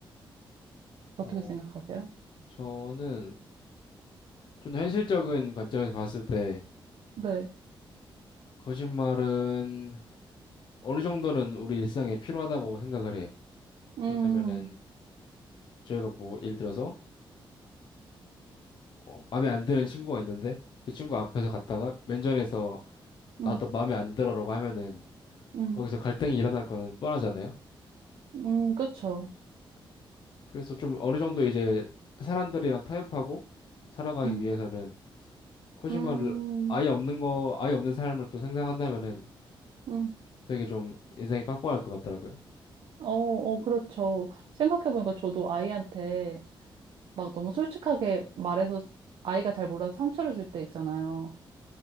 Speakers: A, on the right; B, on the left.
A: 어떻게
B: 어
A: 생각하세요?
B: 저는 좀 더 현실적인 관점에서 봤을 때
A: 네.
B: 거짓말은 어느 정도는 우리 일상에 필요하다고 생각을 해요.
A: 음,
B: 왜냐면은 저희가 뭐 예를 들어서 어, 마음에 안 드는 친구가 있는데 그 친구 앞에서 갔다가 면전에서
A: 음,
B: 나도 마음에 안 들어라고 하면은
A: 음,
B: 거기서 갈등이 일어날 거는 뻔하잖아요.
A: 음, 그쵸.
B: 그래서 좀 어느 정도 이제 사람들이랑 타협하고 살아가기
A: 음,
B: 위해서는 코지마를
A: 음,
B: 아예 없는 거, 아예 없는 사람을 또 생각한다면은
A: 음.
B: 되게 좀 인생이 빡빡할 것 같더라고요.
A: 어, 어, 그렇죠. 생각해보니까 저도 아이한테 막 너무 솔직하게 말해서 아이가 잘 몰라서 상처를 줄 때 있잖아요.